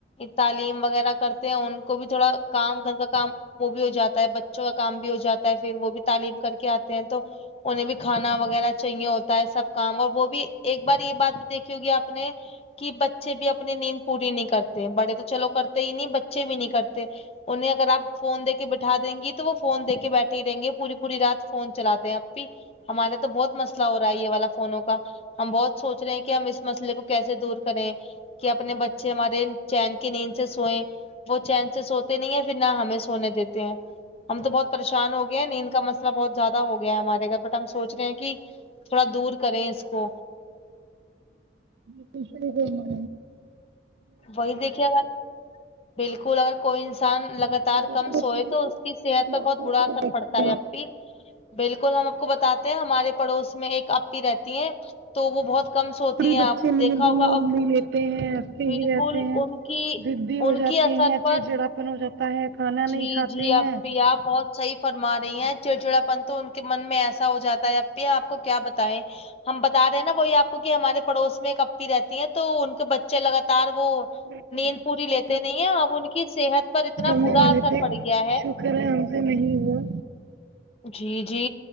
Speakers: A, on the left (about 35°); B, on the right (about 70°).
A: تعلیم وغیرہ کرتے ہیں ان کو بھی تھوڑا کام گھر کا کام وہ بھی ہو جاتا ہے بچوں کا کام بھی ہو جاتا ہے پھر وہ بھی تعلیم کر کے آتے ہیں تو انہیں بھی کھانا وغیرہ چاہیے ہوتا ہے سب کام اور وہ بھی ایک بار یہ بات بھی دیکھی ہوگی آپ نے کہ بچے بھی اپنی نیند پوری نہیں کرتے بڑے تو چلو کرتے ہی نہیں بچے بھی نہیں کرتے انہیں اگر آ فون دی کے بیٹھا دیں گی تو وہ فون دے کے بیٹھے ہی رہیں گے پوری پوری رات فون چلاتے ہیں ایپی ہمارے تو بہت مسئلہ ہو رہا ہے یہ والا فونوں کا ہم بہت سوچ رہے ہیں کہ ہم اس مسئلے کو کیسے دور کریں کہ اپنے بچے ہمارے چین کی نیند سے سوئے وہ چین سے سوتے نہیں ہے پھر نہ ہمیں سونے دیتے ہیں ہم تو بہت پریشان ہو گیا ہیں نیند کا مسئلہ بہت زیادہ ہو گیا ہے ہمارے گھر بٹ ہم سوچ رہے ہیں کہ تھوڑا دور کریں اس کو
B: ج کش م <unintelligible>
A: وہی دیکھیے اگر بالکل اگر کوئی انسان لگت تار
B: دیکھیے
A: کم سوئے
B: میں مطلب
A: تو اس کی صحت پر بہت
B: ساری
A: برا
B: چیزیں
A: اثر
B: دیکھیے
A: پڑتا ہے
B: آپ
A: اب پی بالکل ہم آپ کو بتاتے ہیں ہمارے پڑوس میں ایک اپی رہتی ہیں تو وہ بہت کم سوتی
B: تھوڑی
A: ہیں
B: بچے
A: آپ
B: نیند
A: دیکھا ہوگا
B: نوند
A: اب
B: نہیں لیتے ایسے
A: بالکل
B: ہی رہتے ہیں
A: ان کی
B: زدی ہو
A: ان
B: جاتی
A: کی اثر
B: ہیں
A: پر
B: چڑچڑاپن ہو جاتا ہے کھانا نہیں
A: جی
B: کھاتے
A: جی
B: ہیں
A: اپی آپ بہت صح فرما رہی ہیں چڑچڑا پن تو ان کے من میں ایسا ہو جاتا ہے اب بھی آپ کو کیا بتائیں ہم بتا رہے ہیں نا وہی آپ کو کہ ہمارے پڑوس میں ایک اپپی رہتی ہیں تو ان کے بچے لگاتار وہ
B: بالکل
A: نیند
B: بالکل
A: پوری
B: صحیح
A: لیتے نہیں ہیں اب ان کی صحت پر اتنا
B: سنے
A: برا
B: والے
A: اثر
B: تھے
A: پڑ گیا
B: شکر ہے ہم سے نہیں ہوا
A: جی جی